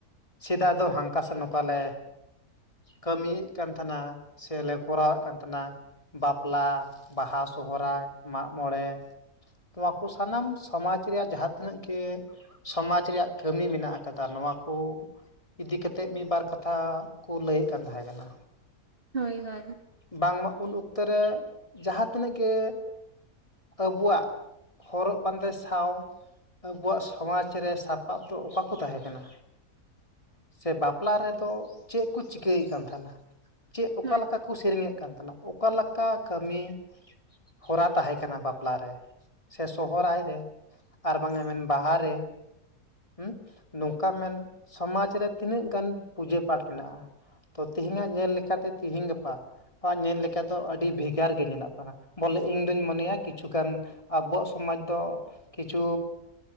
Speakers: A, on the left (about 20°); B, on the right (about 35°).
A: ᱥᱮᱫᱟᱭ ᱫᱚ ᱦᱟᱝᱠᱟ ᱥᱮ ᱱᱚᱝᱠᱟ ᱞᱮ ᱠᱟᱹᱢᱤᱭᱮᱜ ᱠᱟᱱ ᱛᱟᱦᱮᱸᱱᱟ, ᱥᱮᱞᱮ ᱠᱚᱨᱟᱣᱮᱜ ᱠᱟᱱ ᱛᱟᱦᱮᱸᱱᱟ᱾ ᱵᱟᱯᱞᱟ ᱵᱟᱦᱟ ᱥᱚᱦᱚᱨᱟᱭ ᱢᱟᱜ ᱢᱚᱬᱮ ᱱᱚᱣᱟ ᱠᱚ ᱥᱟᱱᱟᱢ ᱥᱚᱢᱟᱡᱽ ᱨᱮᱭᱟᱜ ᱡᱟᱦᱟᱸ ᱛᱤᱱᱟᱹᱜ ᱜᱮ, ᱥᱚᱢᱟᱡᱽ ᱨᱮᱭᱟᱜ ᱠᱟᱹᱢᱤ ᱢᱮᱱᱟᱜ ᱟᱠᱟᱫᱟ ᱱᱚᱣᱟ ᱠᱚ, ᱤᱫᱤ ᱠᱟᱛᱮᱜ ᱢᱤᱫ ᱵᱟᱨ ᱠᱟᱛᱷᱟ ᱠᱚ ᱞᱟᱹᱭᱮᱜ ᱠᱟᱱ ᱛᱟᱦᱮᱸ ᱠᱟᱱᱟ᱾
B: ᱦᱳᱭ ᱦᱳᱭ
A: ᱵᱟᱝᱢᱟ ᱩᱱ ᱚᱠᱛᱚ ᱨᱮ ᱡᱟᱦᱟᱸ ᱛᱤᱱᱟᱹᱜ ᱜᱮ ᱟᱵᱩᱣᱟᱜ ᱦᱚᱨᱚᱜ ᱵᱟᱸᱫᱮ ᱥᱟᱶ ᱟᱵᱚᱣᱟᱜ ᱥᱚᱢᱟᱡᱽ ᱨᱮ ᱥᱟᱯᱟᱯ ᱫᱚ ᱚᱠᱟ ᱠᱚ ᱛᱟᱦᱮᱸ ᱠᱟᱱᱟ? ᱥᱮ ᱵᱟᱯᱞᱟ ᱨᱮᱫᱚ ᱪᱮᱜ ᱠᱚ ᱪᱤᱠᱟᱹᱭ ᱠᱟᱱ ᱛᱟᱦᱮᱸᱱᱟ ᱪᱮᱜ ᱚᱠᱟᱞᱮᱠᱟ
B: ᱦᱳᱭ
A: ᱠᱩ ᱥᱮᱨᱮᱧᱮᱜ ᱠᱟᱱ ᱛᱟᱦᱮᱸᱱᱟ, ᱚᱠᱟ ᱞᱮᱠᱟ ᱠᱟᱹᱢᱤ ᱦᱚᱨᱟ ᱛᱟᱦᱮᱸ ᱠᱟᱱᱟ ᱵᱟᱯᱞᱟ ᱨᱮ ᱥᱮ ᱥᱩ ᱥᱚᱦᱚᱨᱟᱭ ᱨᱮ ᱟᱨ ᱵᱟᱝ ᱮ ᱢᱮᱱ ᱵᱟᱦᱟ ᱨᱮ ᱦᱩ ᱱᱚᱝᱠᱟ ᱢᱮᱱ ᱥᱚᱢᱟᱡᱽ ᱨᱮ ᱛᱤᱱᱟᱹᱜ ᱜᱟᱱ ᱯᱩᱡᱟᱹ ᱯᱟᱴ ᱢᱮᱱᱟᱜᱼᱟ ᱛᱚ ᱛᱮᱦᱤᱧᱟᱜ ᱧᱮᱞ ᱞᱮᱠᱟᱛᱮ ᱛᱤᱦᱤᱧ ᱜᱟᱯᱟ ᱧᱮᱞ ᱞᱮᱠᱟ ᱫᱚ ᱟᱹᱰᱤ ᱵᱷᱮᱜᱟᱨ ᱜᱮ ᱧᱮᱞᱚᱜ ᱠᱟᱱᱟ ᱵᱚᱞᱮ ᱤᱧ ᱫᱩᱧ ᱢᱚᱱᱮᱭᱟ ᱠᱤᱪᱷᱩᱜᱟᱱ ᱟᱵᱚᱣᱟᱜ ᱥᱚᱢᱟᱡᱽ ᱫᱚ ᱠᱤᱪᱷᱩ